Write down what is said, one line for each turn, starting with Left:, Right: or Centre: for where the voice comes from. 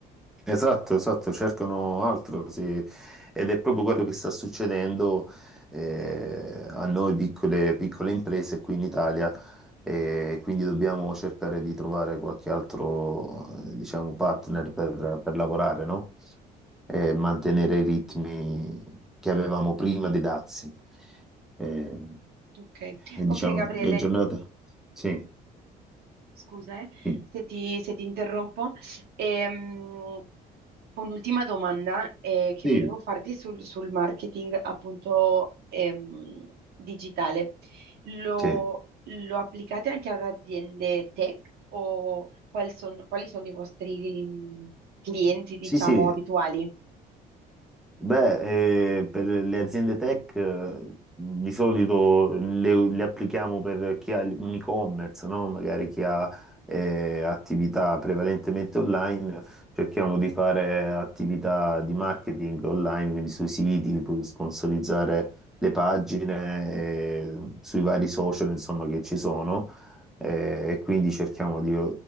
Centre: Esatto, esatto, cercano altro, sì. Ed è proprio quello che sta succedendo eh, a noi piccole, piccole imprese qui in Italia, e quindi dobbiamo cercare di trovare qualche altro, eh, diciamo, partner per, per lavorare, no? E mantenere i ritmi che avevamo prima dei dazi. Eh,
Right: Ok,
Centre: e
Right: ok
Centre: diciamo,
Right: Gabriele.
Centre: le giornate... Sì,
Right: scusa, eh,
Centre: sì,
Right: se ti, se ti interrompo. Ehm, un'ultima domanda eh, che
Centre: sì,
Right: volevo farti sul, sul marketing appunto ehm, digitale. Lo,
Centre: sì,
Right: lo applicate anche ad aziende tech o quali son- quali sono i vostri mm, clienti, diciamo,
Centre: sì.
Right: abituali?
Centre: Beh, eh, per le aziende tech eh, di solito le, le applichiamo per chi ha un e-commerce, no? Magari chi ha eh, attività prevalentemente online, cerchiamo di fare attività di marketing online, quindi sui siti, pu- sponsorizzare le pagine, eh, sui vari social, insomma, che ci sono. eh, e quindi cerchiamo di,